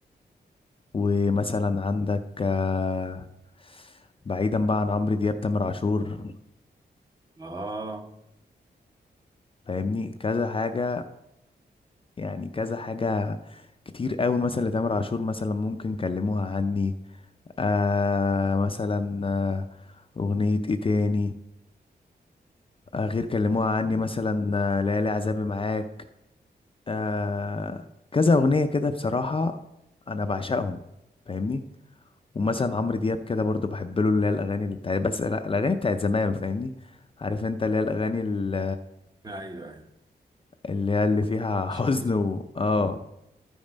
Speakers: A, on the left; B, on the right.
A: ومثلا عندك آه بعيدا بقى عن عمرو دياب تامر عاشور
B: اه
A: فاهمني كذا حاجة يعني كذا حاجة كتير قوي مثلا لتامر عاشور مثلا ممكن كلموها عني آه مثلا آه، اغنية ايه تاني آه غير كلموها عني مثلا آه ليالي عذابي معاك آه كذا أغنية كده بصراحة أنا بعشقهم فاهمني ومثلا عمرو دياب كده برضو بحب له اللي هي الأغاني اللي بتاعت بس الأغاني بتاعت زمان فاهمني عارف أنت اللي هي الأغاني ال-
B: ايوه ايوه
A: اللي هي اللي فيها
B: مش
A: <laughs> حزن
B: الجديد
A: و آه